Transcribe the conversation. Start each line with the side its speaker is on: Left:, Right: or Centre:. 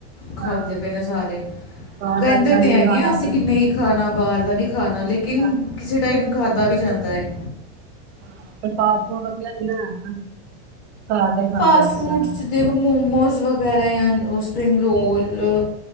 Left: ਖਾਂਦੇ
Right: ਹਾਂ
Left: ਪਏ ਨੇ ਸਾਰੇ।
Right: ਬਾਹਰ
Left: ਕਹਿੰਦੇ
Right: ਦਾ ਅੱਛਾ
Left: ਤੇ
Right: ਨਹੀਂ
Left: ਹੈਗੇ
Right: ਖਾਣਾ
Left: ਆ ਅਸੀਂ,
Right: ਆਪਣੇ
Left: ਕਿ
Right: ਲਈ
Left: ਨਹੀਂ ਖਾਣਾ ਬਾਹਰ ਦਾ, ਨਹੀਂ ਖਾਣਾ ਲੇਕਿਨ
Right: ਹਾਂਜੀ ਹਾਂਜੀ
Left: ਕਿਸੇ ਟਾਈਮ ਖਾਧਾ ਵੀ ਜਾਂਦਾ ਏ
Right: ਹਾਂ ਤੇ, ਫਾਸਟ ਫੂਡ ਵਧੀਆ ਨੀ ਬਣਾਇਆ ਨਾ। ਘਰ ਦਾ ਹੀ ਖਾਣਾ
Left: ਫਾਸਟ
Right: ਬੈਸਟ
Left: ਫੂਡ
Right: ਜ਼ਿਆਦਾ
Left: 'ਚ ਦੇਖੋ, ਮੋਮੋਸ ਵਗੈਰਾ ਜਾਂ ਉ ਸਪਰਿੰਗ ਰੋਲ